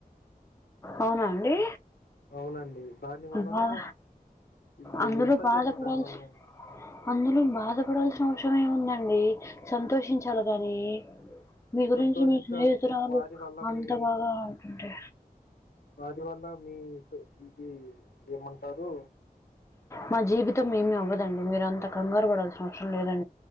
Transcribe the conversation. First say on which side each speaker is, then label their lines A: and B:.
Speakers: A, on the left; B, on the left.
A: అవునా అండి
B: అవునండి దాని వలన
A: బాధ
B: ఇది
A: అందులో
B: ఇంత
A: బాధపడాల్సి
B: జరిగిన దాని వలనండి
A: అందులో బాధపడాల్సిన అవసరం ఏముందండి సంతోషించాలి గాని మీ గురించి
B: సంతోషించాలి.
A: మీ స్నేహితురాలు
B: వారి వల్ల
A: అంత
B: మీ
A: బాగా ఆడుతుంటె
B: వాటి వల్ల మీ స్ ఇది ఏమంటారు
A: మా జీవితం ఏమి అవ్వదండి మిరంత కంగార్ పడాల్సిన అవసరం లేదం